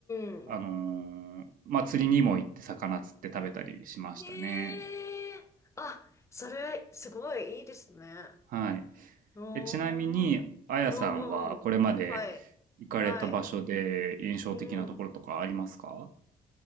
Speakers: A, on the left; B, on the right.
A: ん。
B: あのーまあ、釣りにも行って魚釣って食べたりしましたね。
A: ねえ。あ、それ、すごいいいですね。
B: はい。
A: うーん。
B: え、ちなみに、
A: う
B: あやさんはこれまで
A: んうん。はい。
B: 行かれた場所で印象的なところとかありますか
A: はい。うん。